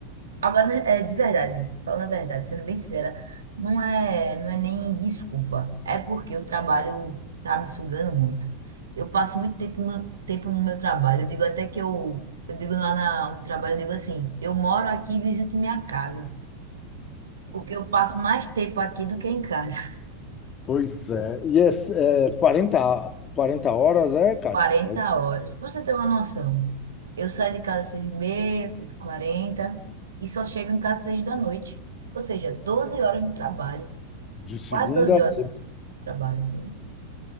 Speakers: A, on the right; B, on the left.
A: Agora, é de verdade, falando a verdade, sendo bem sincera, não é, não é nem desculpa. É porque o trabalho tá me sugando muito. Eu passo muito tempo no, tempo no meu trabalho. Eu digo até que eu, eu digo lá na, onde eu trabalho, eu digo assim, eu moro aqui e visito minha casa. Porque eu passo mais tempo aqui do que em casa.
B: pois é. E é, s- é 40, 40 horas, é,
A: <laughs>
B: Kátia?
A: quarenta
B: Eu-
A: horas. Pra você ter uma noção, eu saio de casa às 6h30, 6h40 e quarenta e só chego em casa às 6 da noite. Ou seja, 12 horas no trabalho.
B: De segunda,
A: quase 12
B: a
A: horas
B: sexta-
A: de trabalho, entendeu?